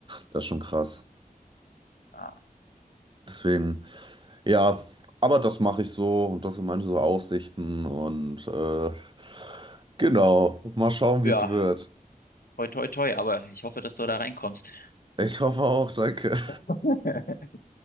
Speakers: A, on the right; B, on the left.
A: Das ist schon krass.
B: Ah.
A: Deswegen. Ja, aber das mache ich so und das sind meine so Aussichten und äh, genau, mal schauen,
B: Ja,
A: wie es wird.
B: Toi, toi, toi, aber ich hoffe, dass du da reinkommst.
A: Ich hoffe auch, danke.
B: <laughs>